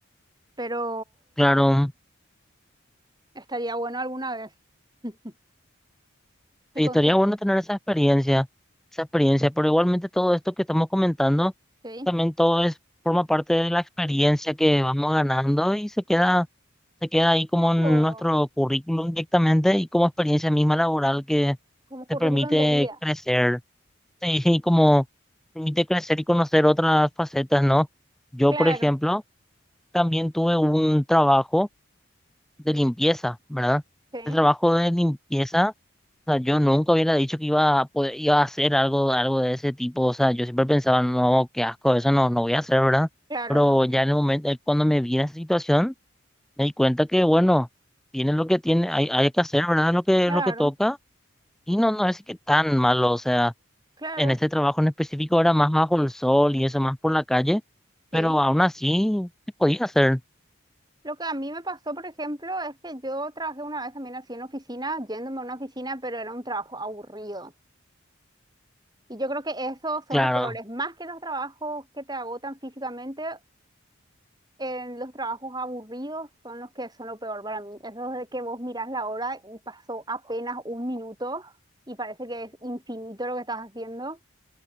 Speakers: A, on the right (about 20°); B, in the centre.
A: Pero
B: Claro,
A: estaría bueno alguna vez, <laughs> si
B: Sí,
A: conseguís,
B: estaría bueno tener esa experiencia, esa experiencia, pero igualmente todo esto que estamos comentando,
A: ¿sí?
B: también todo es, forma parte de la experiencia que vamos ganando y se queda, se queda ahí como en
A: Claro,
B: nuestro currículum directamente y como experiencia misma laboral que
A: como
B: te
A: currículum
B: permite
A: de vida.
B: crecer, sí, y como permite crecer y conocer otras facetas, ¿no? Yo,
A: Claro,
B: por ejemplo, también tuve un trabajo de limpieza, ¿verdad?
A: sí,
B: El trabajo de limpieza o sea, yo nunca hubiera dicho que iba a poder- iba a hacer algo, algo de ese tipo. O sea, yo siempre pensaba, no, qué asco, eso no, no voy a hacer, ¿verdad?
A: claro,
B: Pero
A: no sé.
B: ya en el momento, eh, cuando me vi en esa situación, me di cuenta que, bueno, tiene lo que tiene, hay, hay que hacer, ¿verdad? Lo que,
A: Claro,
B: lo que toca. Y no, no es que tan malo. O sea,
A: claro,
B: en este trabajo en específico era más bajo el sol y eso, más por la calle. Pero
A: sí.
B: aún así, se podía hacer,
A: Lo que a mí me pasó, por ejemplo, es que yo trabajé una vez también así en oficina, yéndome a una oficina, pero era un trabajo aburrido. Y yo creo que esos son
B: claro.
A: los peores, más que los trabajos que te agotan físicamente eh, los trabajos aburridos son los que son lo peor para mí. Eso de que vos mirás la hora y pasó apenas un minuto y parece que es infinito lo que estás haciendo.